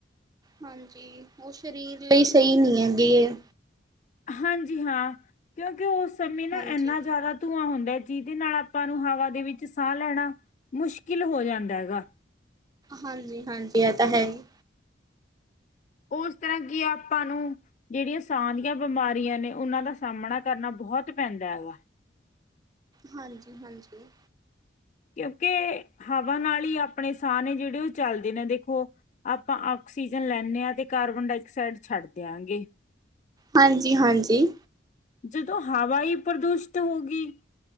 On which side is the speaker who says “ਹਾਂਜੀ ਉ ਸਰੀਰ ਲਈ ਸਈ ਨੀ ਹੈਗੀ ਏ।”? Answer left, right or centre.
Right